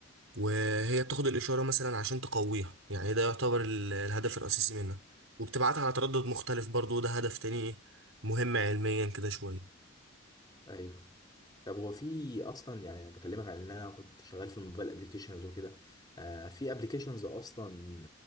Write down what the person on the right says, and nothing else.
وهي بتاخد الإشارة مثلا عشان تقويها يعني ده يعتبر ال- الهدف الرئيسي منها وبتبعتها على تردد مختلف برضو ده هدف تاني مهم علميا كده شوية